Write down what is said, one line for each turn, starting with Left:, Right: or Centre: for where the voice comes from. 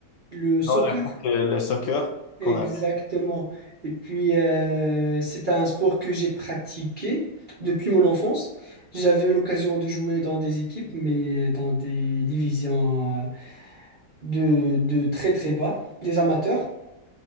Right: le soccer.
Left: Non, le foot, euh, le soccer qu'on
Right: Exactement.
Left: appelle.
Right: Et puis, euh, c'est un sport que j'ai pratiqué depuis mon enfance. J'avais l'occasion de jouer dans des équipes, mais dans des divisions euh, de, de très très bas, des amateurs,